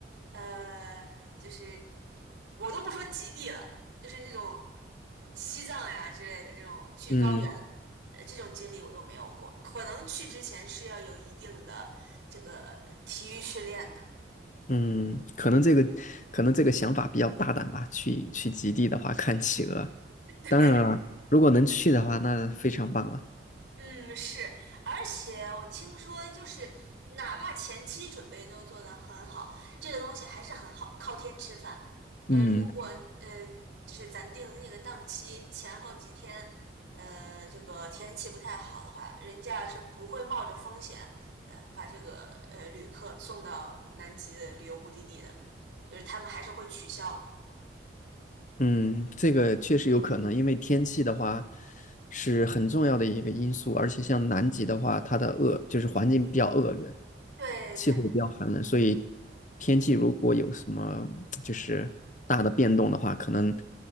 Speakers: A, on the right; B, on the left.
A: 呃就是嗯我都不说极地了，就是那种西藏呀之类的这种去高原，
B: 嗯
A: 呃这种经历我都没有过，可能去之前是要有一定的这个呃体育训练的。
B: 嗯，可能这个可能这个想法比较大胆吧。去去极地的话，看企鹅。
A: <laughs>
B: 当然了，如果能去的话，那非常棒了。
A: 嗯，是，而且我听说，就是哪怕前期准备都做得很好，这个东西还是很好，靠天吃饭。呃，
B: 嗯。
A: 如果呃，就是咱定的那个档期前后几天，呃，这个天气不太好的话，人家是不会冒着风险，呃，把这个呃旅客送到南极的旅游目的地的，就是他们还是会取消。
B: 嗯，这个确实有可能，因为天气的话是很重要的一个因素，而且像南极的话，它的恶就是环境比较恶劣，
A: 对对。
B: 气候比较寒冷，所以天气如果有什么就是大的变动的话，可能